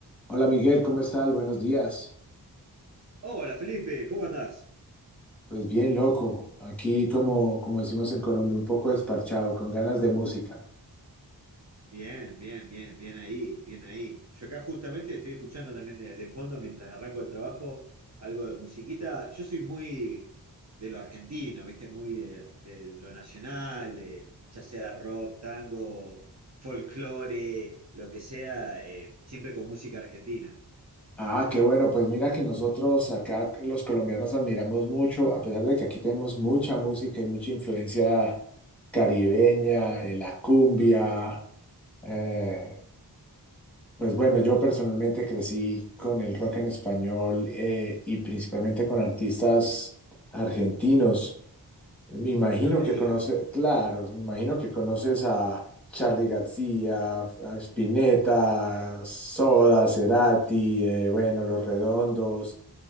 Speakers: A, in the centre; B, on the right.
A: Hola Miguel, ¿cómo estás? Buenos días.
B: Hola Felipe, ¿cómo andás?
A: Pues bien loco, aquí como, como decimos en Colombia, un poco desparchado, con ganas de música.
B: Bien, bien, bien, bien ahí, bien ahí. Yo acá justamente estoy escuchando también de, de fondo mientras arranco el trabajo algo de musiquita. Yo soy muy de lo argentino, ¿viste? Muy de, de lo nacional, eh, ya sea rock, tango, folclore, lo que sea, eh, siempre con música argentina.
A: Ah, qué bueno, pues mira que nosotros acá los colombianos admiramos mucho, a pesar de que aquí tenemos mucha música y mucha influencia caribeña, eh, la cumbia. eh, pues bueno, yo personalmente crecí con el rock en español eh, y principalmente con artistas argentinos. Me imagino
B: No me
A: que
B: digas.
A: conoces, claro, me imagino que conoces a Charly García, a Spinetta, Soda, Cerati, eh, bueno, Los Redondos,